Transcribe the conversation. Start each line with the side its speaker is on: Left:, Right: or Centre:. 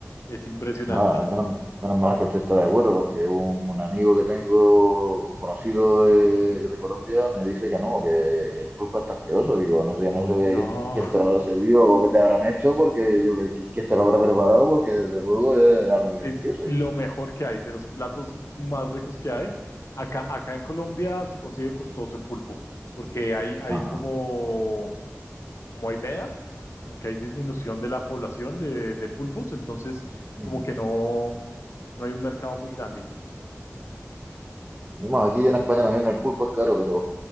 Left: Es impresionante.
Right: Nada, menos, menos mal que usted está de acuerdo, porque un, un amigo que tengo, un conocido de, de Colombia, me dice que no, que, que el pulpo está asqueroso. Digo, no sé, no sé
Left: No,
Right: quién, quién te lo habrá servido o qué te habrán hecho, porque yo, que- quién te lo habrá preparado, porque desde luego es algo delicioso.
Left: es lo
Right: ¿eh?
Left: mejor que hay, de los platos más ricos que hay. Acá, acá en Colombia se consigue costoso el pulpo, porque hay, hay
Right: Ajá.
Left: como, como hay vedas, como que hay disminución de la población de, de pulpos, entonces
Right: Ujú.
Left: como que no, no hay un mercado muy grande.
Right: Bueno, aquí en España también el pulpo es caro, pero